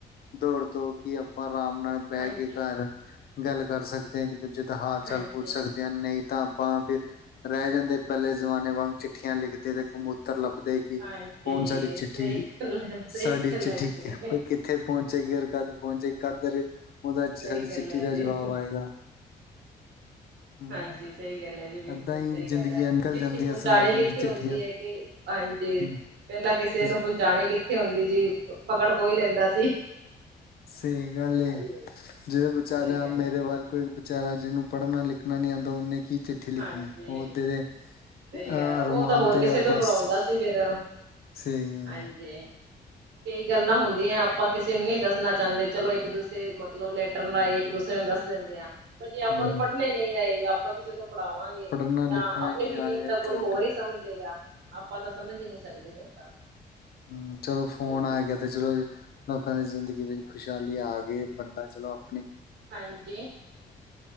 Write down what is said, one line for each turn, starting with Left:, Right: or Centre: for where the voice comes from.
Left: ਦੌੜ ਤੋਂ ਕਿ ਆਪਾਂ ਆਰਾਮ ਨਾਲ ਬਹਿ
Right: ਹਾਂਜੀ
Left: ਕੇ ਘਰ ਗੱਲ ਕਰ ਸਕਦੇ ਹ ਇੱਕ ਦੂਜੇ ਦਾ ਹਾਲ
Right: ਹਾਂਜੀ
Left: ਚਾਲ ਪੁੱਛ ਸਕਦੇ ਨਹੀਂ ਤਾਂ ਆਪਾਂ ਫਿਰ ਰਹਿ ਜਾਂਦੇ ਪਹਿਲੇ ਜ਼ਮਾਨੇ ਵਾਂਗ ਚਿੱਠੀਆਂ ਲਿਖਦੇ ਤੇ ਕਮੂਤਰ ਲੱਭਦੇ ਕਿ
Right: ਹਾਂਜੀ
Left: ਕੌਣ ਸਾਡੀ ਚਿੱਠੀ
Right: ਸਹੀ ਗੱਲ ਹੈ ਸਹੀ
Left: ਸਾਡੀ
Right: ਗੱਲ
Left: ਚਿੱਠੀ
Right: ਹੈ ਜੀ
Left: ਕਿੱਥੇ ਪਹੁੰਚੇਗੀ ਔਰ ਕਦ ਪਹੁੰਚੇਗੀ ਕਾਦਰ ਉਹ ਦਾ
Right: ਸਹੀ
Left: ਸਾਡੀ ਚਿੱਠੀ
Right: ਗੱਲ ਹੈ
Left: ਦਾ
Right: ਜੀ
Left: ਜਵਾਬ ਆਏਗਾ ਹਮ
Right: ਹਾਂਜੀ ਸਹੀ ਗੱਲ ਏ ਬਿਲਕੁਲ
Left: ਏਦਾਂ ਹੀ
Right: ਸਹੀ
Left: ਜ਼ਿੰਦਗੀਆਂ
Right: ਗੱਲ ਹੈ
Left: ਨਿਕਲ
Right: ਚਿੱਠੀ
Left: ਜਾਂਦੀਆਂ
Right: ਪਹੁੰਚਾਣੀ
Left: ਸਨ ਲੋਕਾਂ
Right: ਕਿੱਥੇ
Left: ਦੀ ਚਿੱਠੀਆਂ
Right: ਹੁੰਦੀ ਹੈ ਕਿ ਹਾਂਜੀ
Left: ਹਮ,
Right: ਪਹਿਲਾਂ ਕਿਸੇ
Left: ਜ਼-
Right: ਪਹੁੰਚਾਣੀ ਕਿੱਥੇ ਹੁੰਦੀ ਜੀ ਪਕੜ ਕੋਈ ਲੈਂਦਾ ਸੀ
Left: ਸਹੀ ਗੱਲ ਏ
Right: ਆਈ ਹੈ ਜੀ
Left: ਜੇ ਵਿਚਾਰਾ
Right: ਸਹੀ ਗੱਲ
Left: ਮੇਰੇ
Right: ਹੈ ਜੀ
Left: ਵੱਲ ਕੋ ਵਿਚਾਰਾ ਜਿਹਨੂੰ ਪੜ੍ਹਨਾ ਲਿਖਣਾ ਨੀ ਆਂਦਾ ਉਹ ਨੇ ਕੀ ਚਿੱਠੀ ਲਿਖਣੀ
Right: ਹਾਂਜੀ
Left: ਓਦੇ ਦੇ
Right: ਸਹੀ
Left: ਅਹ
Right: ਹੈ ਉਹ
Left: ਰਮਾਨ
Right: ਤਾਂ ਹੋਰ
Left: ਤੇ
Right: ਕਿਸੇ
Left: ਆ
Right: ਤੋਂ
Left: ਬਸ
Right: ਪੜਾਉਂਦਾ ਸੀ ਫਿਰ
Left: ਸਹੀ ਗੱਲ
Right: ਹਾਂਜੀ
Left: ਆ
Right: ਕਈ ਗੱਲਾਂ ਹੁੰਦੀਆਂ ਆ ਆਪਾਂ ਕਿਸੇ ਨੂੰ ਨਹੀਂ ਦੱਸਣਾ ਚਾਹੁੰਦੇ ਚਲੋ ਇੱਕ ਦੂਸਰੇ ਮਤਲਬ ਲੈਟਰ ਲਾਈ ਇੱਕ ਦੂਸਰੇ ਨੂੰ ਦੱਸ ਦਿੰਦੇ ਆ ਪਰ ਜੇ ਆਪਾਂ
Left: ਹਮ
Right: ਨੂੰ ਪੜ੍ਹਨਾ ਹੀ ਨਹੀਂ ਆਏਗਾ ਆਪਾਂ ਕਿਸੇ ਤੋਂ ਪੜਾਵਾਂਗੇ
Left: ਪੜ੍ਹਨਾ
Right: ਤਾਂ
Left: ਲਿਖਣਾ
Right: ਆਪਣੀ
Left: ਹੀ ਨਹੀਂ
Right: ਫਿਟਿੰਗ
Left: ਆ ਰਿਹਾ
Right: ਤਾਂ ਕੋਈ
Left: ਤੇ ਹੁਣ
Right: ਹੋਰ ਈ ਸਮਝ ਜਾਏਗਾ ਆਪਾਂ ਤਾਂ ਸਮਝ ਈ ਨੀ ਸਕਦੇ ਫਿਰ ਤਾਂ
Left: ਹੂੰਮ ਚਲੋ ਫੋਨ
Right: ਸਹੀ
Left: ਆ
Right: ਹੈਗਾ
Left: ਗਿਆ ਤੇ ਚਲੋ ਲੋਕਾਂ ਦੀ ਜ਼ਿੰਦਗੀ ਵਿੱਚ ਖੁਸ਼ਹਾਲੀ ਆ ਗਈ ਬੰਦਾ ਚਲੋ ਆਪਣੇ
Right: ਹਾਂਜੀ